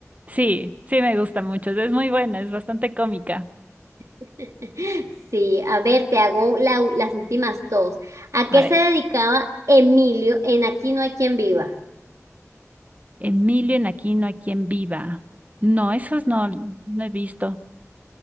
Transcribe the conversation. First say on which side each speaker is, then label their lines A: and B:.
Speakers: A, on the right; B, on the right.
A: Sí, sí me gusta mucho. Es muy buena, es bastante cómica.
B: <laughs> Sí, a ver, te hago la- las últimas dos. ¿A
A: A
B: qué
A: ver,
B: se dedicaba Emilio en Aquí no hay quien viva?
A: Emilio en Aquino, ¿a quien viva? No, esos no, no he visto.